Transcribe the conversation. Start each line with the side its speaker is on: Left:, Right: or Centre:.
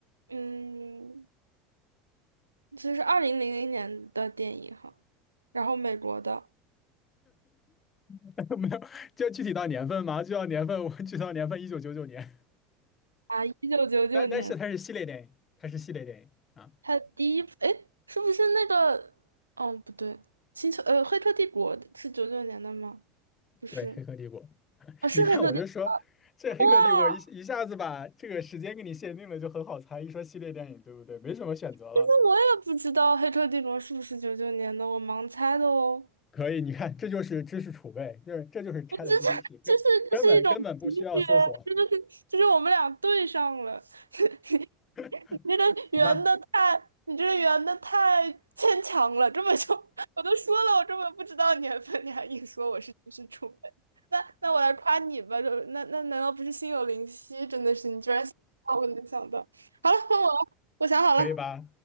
Right: 嗯，这是二零零零年的电影哈，然后美国的
Left: <laughs> 没有，就具体到年份嘛，就到年份，我具体到年份一九九九年，
Right: 啊，一九九九年，
Left: 但但是它是系列电影，它是系列电影啊。
Right: 它第一部，哎，是不是那个？哦，不对，星球呃，《黑客帝国》是九九年的吗？不是，
Left: 对，《黑客帝国》，
Right: 啊，是《黑客帝》
Left: 你看我就说这《黑客帝国》一一下子把这个时间给你限定了，
Right: 哇，
Left: 就很好猜。一说系列电影，对不对？没什么选择了。
Right: 其实我也不知道《黑客帝国》是不是九九年的，我盲猜的哦。
Left: 可以，你看，这就是知识储备，就是这就是 ChatGPT，
Right: 我这是这是这是一种直觉，
Left: 根根本根本不需要搜索，
Right: 真的是就是我们俩对上了。<laughs>
Left: <laughs>
Right: 你你这个圆的太，
Left: 行吧？
Right: 你这个圆的太牵强了，根本就 <laughs> 我都说了，我根本不知道年份，你还硬说我是知识储备。那那我来夸你吧，就那那难道不是心有灵犀？真的是你居然想到我能想到。好了，换我了，我想好了，
Left: 可以吧？